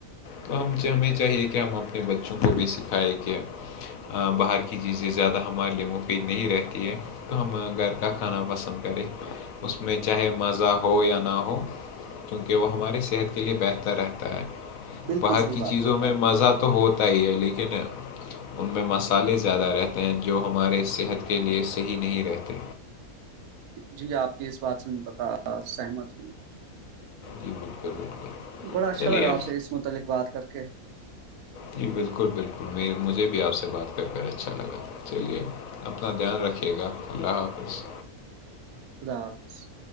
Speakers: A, on the left; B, on the right.
A: تو ہم ہمیں چاہیے کہ ہم اپنے بچوں کو بھی سکھائےیں کہ باہر کی چیزیں زیادہ ہمارے لیے مفید نہیں رہتی ہے تو ہم ا گھر کا کھانا پسند کرے اس میں چاہے مزہ ہو یا نہ ہو کیونکہ وہ ہمارے صحت کے لئے بہتر رہتا ہے
B: بالکل
A: باہر
B: صحیح
A: کی
B: بات
A: چیزوں
B: بولی
A: میں
B: آپ
A: مزہ
B: نے
A: تو تو ہوتا ہی ہے لیکن ان میں مصالحے زیادہ رہتے ہیں جو ہمارے صحت کے لیے صحیح نہیں رہتے
B: جی آپ کی اس باتن کا سہمت ہوں
A: جی بالکل بالکل
B: بڑا اچھا
A: چلیے
B: لگا آپ سے اس متعلق بات کر کے
A: جی بالکل بالکل م مجھے بھی آپ سے بات کر کر اچھا لگا چلیے اپنا دھیان رکھیے گا اللہ حافظ
B: خدا حافظ